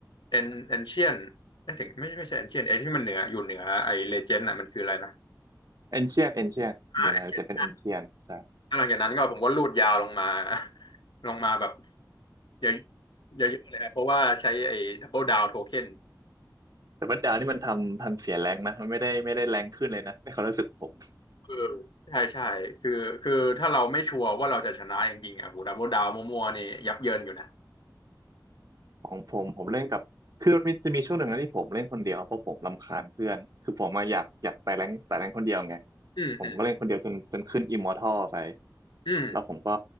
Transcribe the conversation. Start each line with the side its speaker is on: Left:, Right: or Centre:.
Left: เอ็นเอ็นเชียนไม่ถึงไม่ไม่ใช่เอ็นเชียนไอ้ที่มันเหนืออยู่เหนือไอ้เลเจนด์น่ะมันคืออะไรนะ
Right: เอนเชียนเอนเชียนเดี๋ยวนะจะเป็นเอนเชียนใช่
Left: Ancient แล้วหลังจากนั้นก็ผมก็ลูดยาวลงมา <laughs> ลงมาแบบเยอะเยอะๆเลยนะเพราะว่าใช้ไอ้ดับเบิลดาวโทเค็น
Right: แต่บัดดาวนี่มันทำทำเสียแรงนะมันไม่ได้ไม่ได้แรงขึ้นเลยนะในความรู้สึกผม
Left: เออใช่ใช่คือคือถ้าเราไม่ชัวร์ว่าเราจะชนะจริงๆอ่ะโหดับเบิลดาวมัวๆนี่ยับเยินอยู่นะ
Right: ของผมผมเล่นกับคือมันมีจะมีช่วงหนึ่งนะที่ผมเล่นคนเดียวเพราะผมรำคาญเพื่อนคือผมมาอะอยากอยากไต่แรงไต่แรงคนเดียวไง
Left: อืมอืม
Right: ผมก็เล่นคนเดียวจนจนขึ้นอิมมอร์ทัลไป
Left: อืม
Right: แล้วผมก็